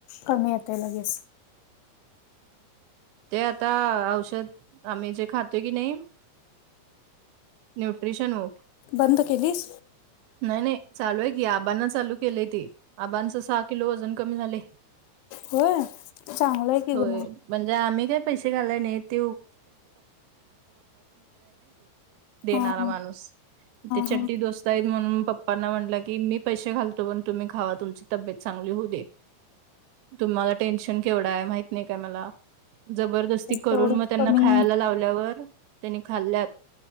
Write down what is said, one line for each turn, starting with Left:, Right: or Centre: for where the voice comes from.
Left: कमी येतय लगेच
Right: ते आता औषध आम्ही जे खातोय की नाही न्यूट्रिशन हो
Left: बंद केलीस
Right: नाही नाही चालू आहे की आबांना चालू केलेय ते आबांच सहा किलो अजून कमी झाले
Left: हो चांगलं आहे की
Right: होय
Left: ग मग
Right: म्हणजे आम्ही काही पैसे घालाय नाही त देणारा
Left: हा हा
Right: माणूस ते चट्ट
Left: हा हा
Right: दोस्त आहेत म्हणून पप्पांना म्हटलं की मी पैसे घालतो पण तुम्ही खावा तुमची तब्येत चांगली होऊ दे तुम्हाला टेन्शन केवढा आहे माहित नाही काय मला जबरदस्ती करून
Left: तेवढंच
Right: मग त्यांना
Left: कमी
Right: खायला लावल्यावर त्यांनी खाल्ल्यात